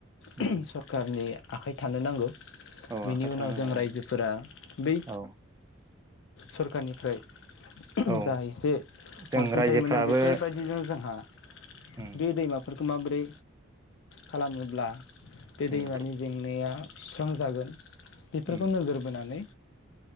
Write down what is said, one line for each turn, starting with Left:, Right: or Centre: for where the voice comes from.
Right: उम
Left: सरखारनि आखाइ थानो नांगौ ।
Right: औ
Left: बेनि
Right: आखाइ थानो
Left: उनाव
Right: नांगौ
Left: जों रायजोफोरा बै
Right: औ
Left: सरखारनि ओफ्राय
Right: औ
Left: जा एसे
Right: जों
Left: अनसुंथाइ
Right: रायजोफ्राबो
Left: मोनो बेफोरबायदिजों जोंहा
Right: उम
Left: बे दैमा बेरफोरखौ माबोरै खालामोब्ला बे
Right: उम
Left: दैमानि जेंनाया सुस्रांजागोन बेफोरखौ
Right: उम
Left: नोजोर बोनानै